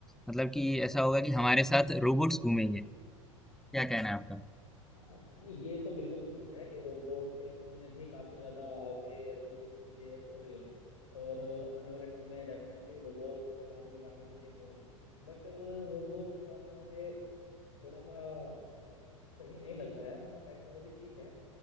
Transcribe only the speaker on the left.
हाँ, नहीं ये तो बिल्कुल सही है कि रोबोटिक्स में भी काफ़ी ज़्यादा आगे अभी चीज़ें हो रही हैं और आने वाले टाइम में डेफिनेटली रोबोट के साथ में काफ़ी चीज़ें होंगी बट रोबोट के साथ में मुझे थोड़ा सा सही नहीं लगता है मतलब टेक्नोलॉजी ठीक है